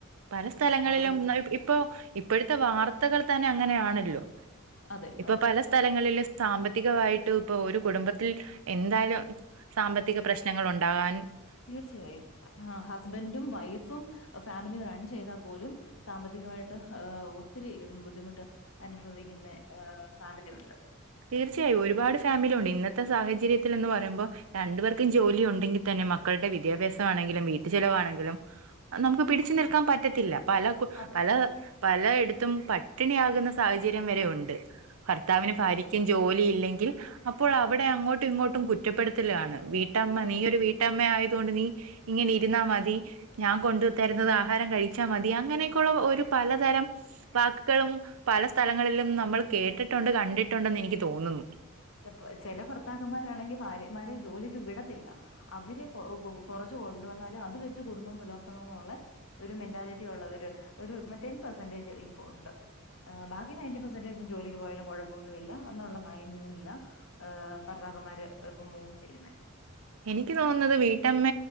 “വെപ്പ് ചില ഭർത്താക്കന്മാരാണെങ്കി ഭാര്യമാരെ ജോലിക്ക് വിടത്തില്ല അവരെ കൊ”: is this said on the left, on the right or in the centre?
Left